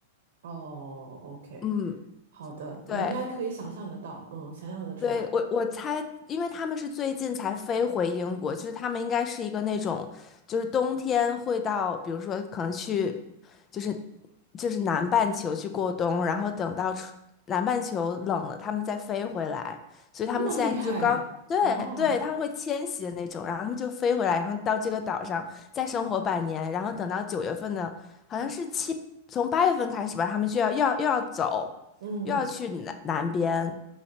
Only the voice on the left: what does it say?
嗯，
对，
对，我我猜，因为他们是最近才飞回英国，就是他们应该是一个那种，就是冬天会到，比如说可能去，就是就是南半球去过冬，然后等到春南半球冷了，他们再飞回来，所以他们现在就刚，
对对，
他们会迁徙的那种，然后他们就飞回来，然后到这个岛上再生活半年，然后等到九月份呢，好像是七，从八月份开始吧，他们就要又要又要走，
又要去南南边。